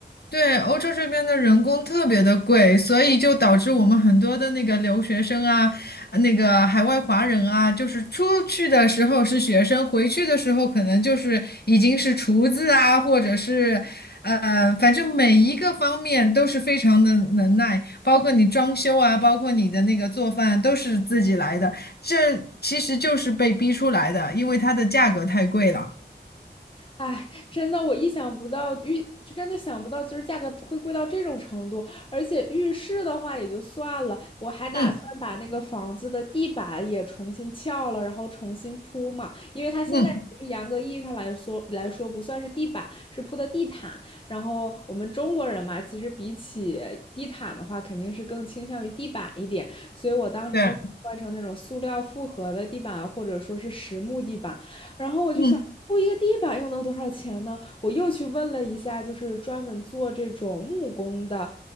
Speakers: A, on the left (about 60°); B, on the left (about 30°).
A: 对，欧洲这边的人工特别的贵，所以就导致我们很多的那个留学生啊，呃那个海外华人啊，就是出去的时候是学生，回去的时候可能就是已经是厨子啊，或者是，呃，反正每一个方面都是非常的能耐，包括你装修啊，包括你的那个做饭都是自己来的，这其实就是被逼出来的，因为它的价格太贵了。
B: 哎，真的，我意想不到，浴就真的想不到，就是价格会贵到这种程度。而且浴室的话也就算了，我还打算把那个房子的地板也重新撬了，
A: 嗯
B: 然后重新铺嘛。因为它现在其实严格意义上来说来说不算是地板，
A: 嗯，
B: 是铺的地毯。然后我们中国人嘛，其实比起地毯的话，肯定是更倾向于地板一点。所以我当时就。
A: 对，
B: 换成那种塑料复合的地板，或者说是实木地板，然后我就想，
A: 嗯
B: 铺一个地板又能多少钱呢？我又去问了一下，就是专门做这种木工的